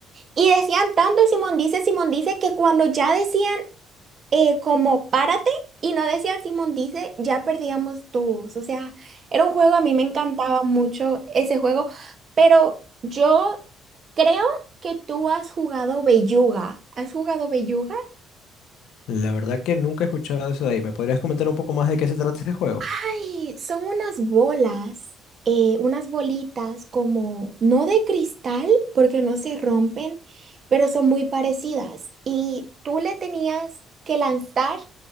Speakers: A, on the right; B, on the left.
A: Y decían tanto Simón dice, Simón dice que cuando ya decían eh, como párate y no decías Simón dice, ya perdíamos todos. O sea, era un juego, a mí me encantaba mucho ese juego, pero yo creo que tú has jugado Belluga. ¿Has jugado Belluga?
B: La verdad que nunca he escuchado eso de ahí. ¿Me podrías comentar un poco más de qué se trata este juego?
A: Ay, son unas bolas, eh, unas bolitas como, no de cristal, porque no se rompen, pero son muy parecidas. Y tú le tenías que lanzar